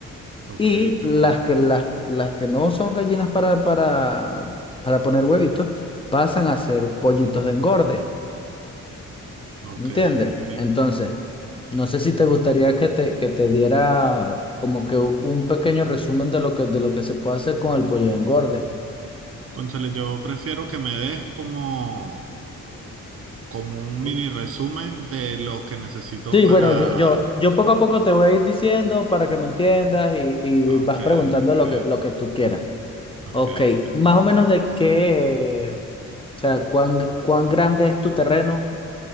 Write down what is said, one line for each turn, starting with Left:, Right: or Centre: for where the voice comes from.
Right: Ok,
Left: y las que, las, las que no son gallinas para, para, para poner huevitos pasan a ser pollitos de engorde.
Right: ok,
Left: ¿Entiendes?
Right: ok.
Left: Entonces, no sé si te gustaría que te, que te diera como que un pequeño resumen de lo que, de lo que se puede hacer con el pollo de engorde.
Right: Cónchale, yo prefiero que me des como... como un
Left: Co-
Right: mini resumen de lo que necesito
Left: Sí,
Right: para...
Left: bueno, yo, yo, yo poco a poco te voy a ir diciendo para que me entiendas y,
Right: Ok,
Left: y vas preguntando
Right: ok,
Left: lo que, lo que tú quieras.
Right: ok,
Left: Ok,
Right: ok.
Left: más o menos de qué, o sea, cuán, cuán grande es tu terreno.